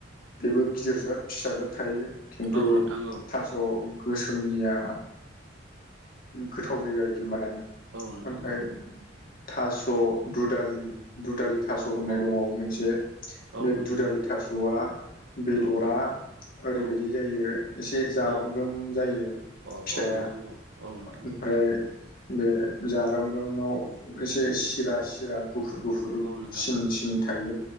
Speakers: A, on the left; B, on the right.
A: बेबो गिदिरजाथ फिसाजाथ थायो खिन्थु
B: औ नोंथां औ
A: थास' गोसोमनिया गोथाव जायो आरोखि माने
B: औ नोंथां
A: ओमफ्राय
B: औ
A: थास' दुदालि दुदालि थास'
B: औ
A: होननाय
B: औ
A: दङ मोनसे
B: औ
A: बे
B: नोंथां
A: दुदालि
B: औ
A: थास'आ बेदरा
B: औ
A: ओरैबायदि
B: औ
A: जायो एसे जारोमब्रोम
B: औ
A: जायो
B: अ
A: फिथाइया
B: औ नोंथां औ औ
A: ओमफ्राय
B: नोंथां
A: बे जारोमम्रोमाव एसे सिरा सिरा गुफुर गुफुर
B: औ नोंथां
A: सिन सिन थायो